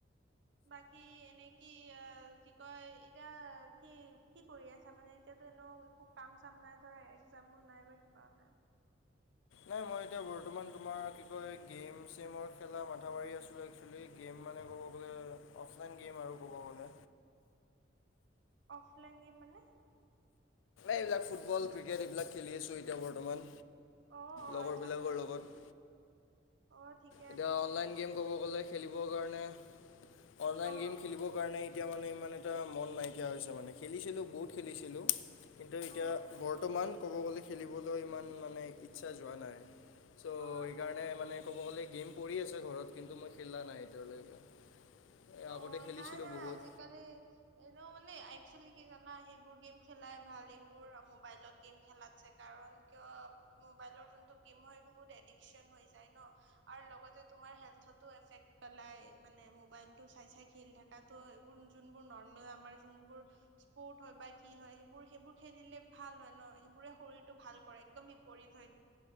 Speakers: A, on the right; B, on the left.
A: বাকী এনে কি আ, কি? তই এতিয়া কি, কি কৰি আছা মানে? এতিয়াতো এনেও একো কাম-চাম নাই ধৰা এক্সামো নাই বা কিবাও নাই।
B: নাই মই এতিয়া বৰ্তমান তোমাৰ কি কয় গেম-চেমৰ খেলা মাথা মাৰি আছিলো একচেলি গেম মানে ক'ব গ'লে অফলাইন গেম আৰু ক'ব গ'লে।
A: অফলাইন গেম মানে?
B: এইবিলাক ফুটবল, ক্ৰিকেট এইবিলাক খেলি আছোঁ এতিয়া বৰ্তমান
A: অ অ
B: লগৰবিলাকৰ
A: আচ্ছা আচ্ছা
B: লগত।
A: অ', ঠিক
B: এতিয়া অনলাইন গেম ক'ব গ'লে খেলিবৰ কাৰণে, অনলাইন
A: অ
B: গেম খেলিবৰ কাৰণে এতিয়া মানে ইমান এটা মন নাইকিয়া হৈছে মানে, খেলিছিলোঁ বহুত খেলিছিলোঁ। কিন্তু এতিয়া
A: অ
B: বৰ্তমান ক'ব গ'লে খেলিবলৈ ইমান মানে ইচ্ছা যোৱা নাই। চ', সেইকাৰণে
A: অ আচ্ছা
B: মানে ক'ব গ'লে গেম পৰি আছে ঘৰত কিন্তু মই খেলা নাই এতিয়ালৈকে। এ,
A: অ',
B: আগতে খেলিছিলোঁ
A: নাই নাই
B: বহুত
A: আজিকালি এনেও মানে একচুৱেলি কি জানা, সেইবোৰ গেম খেলাই ভাল এইবোৰ মোবাইলত গেম খেলাতছে, কাৰণ কিয় মোবাইলৰ যোনটো গেম হয় সেইটো বহুত এডিকশচন হৈ যায় ন'। আৰু লগতে তোমাৰ হেল্থটো এফেক্ট পেলাই, মানে মবাইল টো চাই-চাই খেলি থাকা ত', এইবোৰ যোনবোৰ নৰ্মেল আমাৰ যোনবোৰ স্পৰ্ট হয় বা কি হয় সেইবোৰ সেইবোৰ খেলিলে ভাল হয় ন, সেইবোৰে শৰীৰটো ভাল কৰে একদম বিপৰীত হয়।